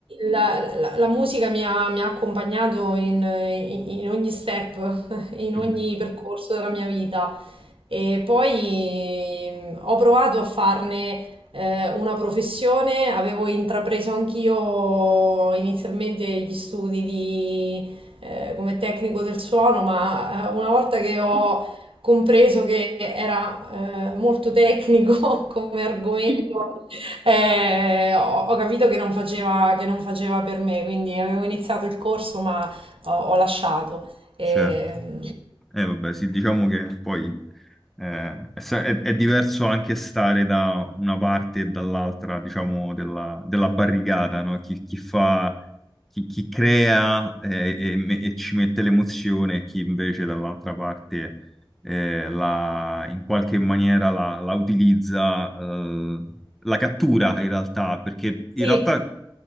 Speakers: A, on the right; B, in the centre.
A: la, la- la musica mi ha, mi ha accompagnato in, in ogni step, <laughs> in
B: mm.
A: ogni percorso della mia vita. E poi mm, ho provato a farne eh, una professione, avevo intrapreso anch'io inizialmente gli studi di, eh, come tecnico del suono, ma eh, una volta che ho compreso che era eh, molto tecnico <laughs> come argomento, eh, ho, ho capito che non faceva, che non faceva per me, quindi avevo iniziato il corso ma ho, ho lasciato. Ehm,
B: Certo, eh, vabbè, sì, diciamo che poi eh, è, sa- è- è diverso anche stare da una parte e dall'altra, diciamo, della, della barricata, no? Chi, chi fa, chi, chi crea eh, e, me- e ci mette l'emozione, e chi invece dall'altra parte eh, la- in qualche maniera la, la utilizza, eh, la cattura in realtà, perché
A: sì,
B: in realtà